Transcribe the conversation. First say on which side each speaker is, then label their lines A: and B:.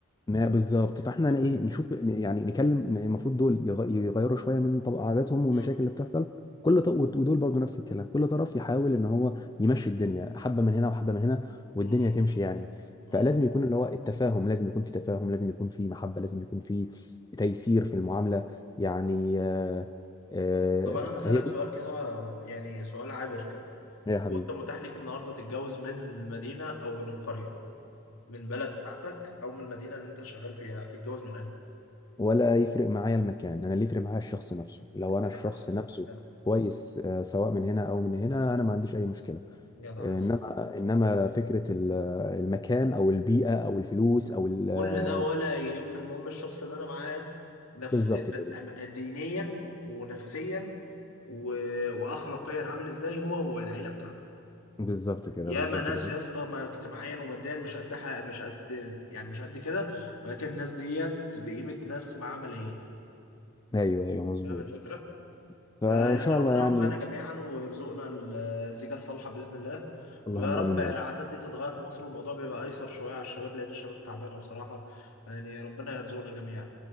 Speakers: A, on the left; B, on the left.
A: ما بالظبط فاحنا
B: آه.
A: انا ايه نشوف ن- يعني نكلم إن المفروض دول يغ- يغيروا شويه من طب عاداتهم والمشاكل
B: مم.
A: اللي بتحصل كل طرف ودول برضو نفس الكلام كل طرف يحاول ان هو يمشي الدنيا حبه من هنا وحبه من هنا والدنيا
B: مم.
A: تمشي يعني
B: مم.
A: فلازم يكون اللي هو التفاهم لازم يكون في تفاهم لازم يكون في محبه لازم يكون في تيسير في المعامله يعني آه، آه،
B: طب أنا هسألك
A: هي دي
B: سؤال كده يعني سؤال عابر كده
A: يا حبيبي
B: لو انت متاح ليك النهارده تتجوز من المدينه او من القريه من بلد بتاعتك او من المدينه اللي انت شغال فيها تتجوز من انهي
A: ولا يفرق معايا المكان انا اللي يفرق معايا الشخص نفسه لو
B: جدع
A: انا الشخص
B: عايز
A: نفسه
B: جدع
A: كويس آه، سواء من هنا او من هنا انا ما عنديش اي مشكله
B: جدع
A: آه،
B: عايز
A: انما انما فكره ال- آه، المكان او البيئه او الفلوس او ال-
B: كل
A: آه،
B: ده ولا يهم المهم الشخص اللي انا معاه نفس
A: بالظبط كده
B: دينيا ونفسيا و... واخلاقيا عامل ازاي هو والعيله بتاعته
A: بالظبط كده
B: ياما
A: بالظبط
B: ناس
A: كده
B: يا اسطى ما اجتماعيا وماديا مش قد حاجه مش قد يعني مش قد كده ولكن الناس ديت بقيمه ناس معاها ملايين
A: ايوه ايوه مظبوط
B: فاهم الفكره
A: فان
B: فيعني
A: شاء
B: ربنا
A: الله يعني
B: يوفقنا جميعا ويرزقنا الزيجة الصالحة بإذن الله
A: اللهم
B: ويا رب
A: امين يا
B: العادات
A: رب
B: دي تتغير في مصر والموضوع بيبقى أيسر شوية على الشباب لأن الشباب تعبانة بصراحة يعني ربنا يرزقنا جميعا